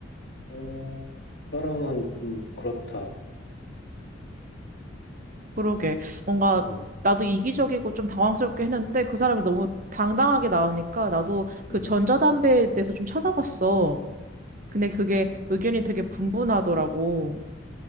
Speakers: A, on the left; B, on the right.
A: 어, 사람은 좀 그렇다.
B: 그러게. 뭔가
A: 음,
B: 나도 이기적이고 좀 당황스럽게 했는데, 그 사람이 너무 당당하게 나오니까 나도 그
A: 음,
B: 전자담배에 대해서 좀 찾아봤어. 근데 그게 의견이 되게 분분하더라고.